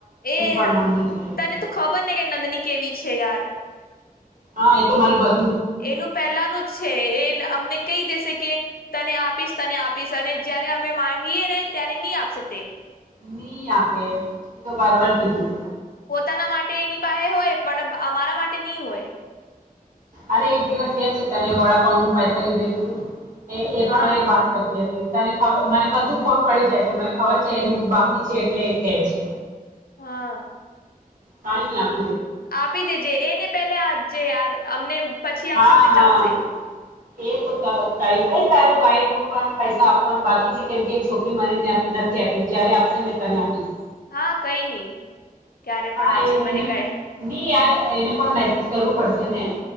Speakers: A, on the left (about 80°); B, on the right (about 60°).
A: એ
B: પણ મન નહી થાય એટલે
A: તને તો ખબર ને કે નંદની કેવી છે યાર.
B: હા એતો મને બધ
A: એનું પહેલાનું જ છે એ અમને કહી દેશે કે તને આપીશ તને આપીશ અને જયારે અમે માંગીએ ને ત્યારે નહી આપશે તે.
B: નહીં આપે, એ તો બરબર કીધું.
A: પોતાના માટે એની પાહે હોય, પણ અ અમારા માટે ની હોય.
B: અરે એક દિવસ યાદ જ છે તને વડાપાઉં નું પૈસા લીધેલું તું, એ એ
A: હા
B: પણ હવે વાત કર તી હતી. તને ખ મને બધું ખબર પડી જાય છે, મને ખબર છે એનું બાકી છે એટલે એ કે છે.
A: હા.
B: કાઈ ની આપ
A: આપી દેજે એને પેલા આજે યાર અમને પછી
B: હા,
A: આપશે તે
B: હા
A: ચાલશે
B: એ તો ક કહી હૈ તારું ગાઈડ નું પણ પૈસા આપવાનું બાકી છે, કેમકે છોકરી મને ન ન નથી આયપી, જ્યારે આપશે મેં તને આપીશ.
A: હા, કંઈ નહી. ક્યારે
B: હા
A: પણ આપશે મને
B: એને
A: કહે
B: નઈ યાર એને પણ મેસેજ કરવું પડશે ને.